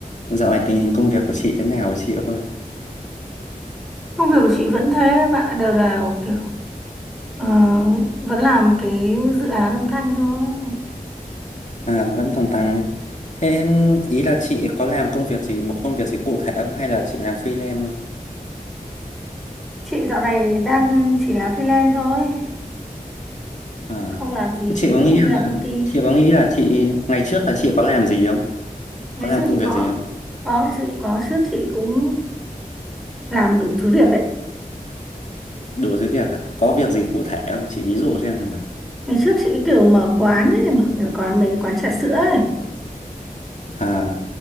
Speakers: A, on the left; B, in the centre.
A: Dạo này tình hình công việc của chị thế nào rồi chị ơi?
B: Công việc của chị vẫn thế mà đều đều kiểu ờ, vẫn làm cái dự án âm thanh thôi.
A: À, vẫn tăng tăng nhé. Thế ý là chị có làm công việc gì, một công việc gì cụ thể không hay là chị làm freelance thôi?
B: Chị dạo này đang chỉ làm freelance thôi,
A: À,
B: không làm gì,
A: thế chị có
B: không
A: nghĩ
B: đi
A: là
B: làm công ty.
A: chị có nghĩ là chị ngày trước là chị có làm gì không?
B: Ngày
A: Có làm
B: xưa
A: công
B: chị
A: việc
B: có,
A: gì không?
B: có ngày xưa chị có, trước chị cũng làm đủ thứ việc đấy.
A: Đủ thứ việc à? Có việc gì cụ thể không? Chị ví dụ xem xem nào.
B: Ngày trước chị kiểu mở quán ấy, mở cái quán mấy cái quán trà sữa ấy.
A: À,